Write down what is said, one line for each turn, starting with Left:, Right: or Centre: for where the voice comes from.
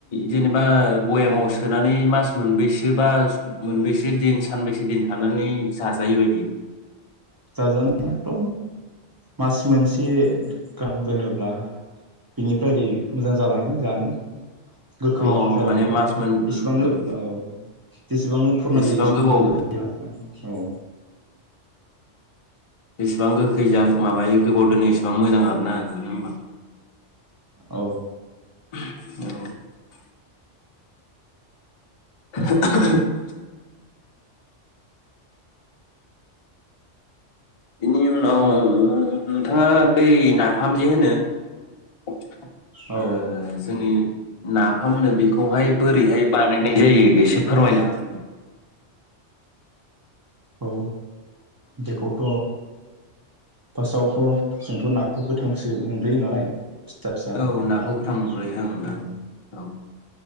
Left: जेनेबा बयामाव सोनानै मास मोनबैसो बा मोनबेसे दिन सानबेसे दिन थानानै जा जायो बादि
Right: जाजानाया एथ मास मोनसे गां दोनोब्ला बिनिफ्राय ओरै मोजां जालाङो जानो गोखै
Left: अ
Right: जालांबाय
Left: माने मास मोन
Right: जसेबांनो
Left: उम उम उम
Right: औ जेसेबांनो फुरना
Left: जेसेबां
Right: जायो एसेबांनो
Left: गोबाव
Right: गोखैया माने औ
Left: एसेबां गोखै जा माबायो गोबाव दोनो एसेबां मोजां आरोना जानो होमबा
Right: औ
Left: औ <inaudible> बेनि उनाव नोंथाङा बै नाफाम जे होनो ओ
Right: औ
Left: जोंनि नाफाम होनो बेखौहाय बोरैहाय बानायनाय जायो एसे फोरमायना हो
Right: औ बेखौथ' फार्स्टआवथ' जोंथ नाखौ गोथांसो मोनग्रोयो नालाय फिसा फिसा
Left: औ
Right: एबा
Left: नाखौ गोथां मोनग्रोयो ओं
Right: औ
Left: ओं औ